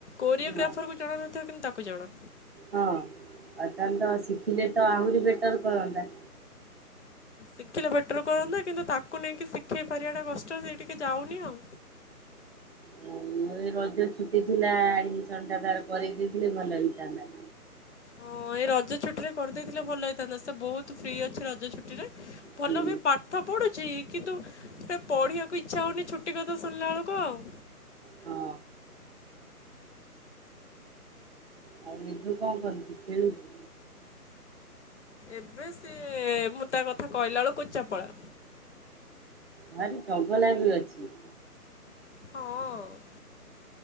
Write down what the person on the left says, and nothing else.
କୋରିଓଗ୍ରାଫରକୁ
ଜଣା ନଥିବ। କିନ୍ତୁ ତାକୁ ଜଣା।
ଶିଖିଲେ ବେଟର କରନ୍ତା। କିନ୍ତୁ ତାକୁ ନେଇକି ଶିଖେଇ ପାରିବା ଟା କଷ୍ଟ। ସେ ଟିକେ ଯାଉନି ଆଉ।
ହଁ ଏ ରଜ ଛୁଟିରେ କରିଦେଇଥିଲେ ଭଲ ହେଇଥାନ୍ତା। ସେ ବହୁତ ଫ୍ରୀ ଅଛି ରଜ ଛୁଟିରେ। ଭଲ
ବି ପାଠ ପାଠ ପଢ଼ୁଛି। କିନ୍ତୁ ସେ ପଢ଼ିବାକୁ ଇଚ୍ଛା ହଉନି ଛୁଟି କଥା ଶୁଣିଲା ବେଳକୁ ଆଉ।
ଏବେ ସିଏ ମୁଁ ତା କଥା କହିଲା ବେଳକୁ କହୁଚି ଯା ପଳା।
ହଁ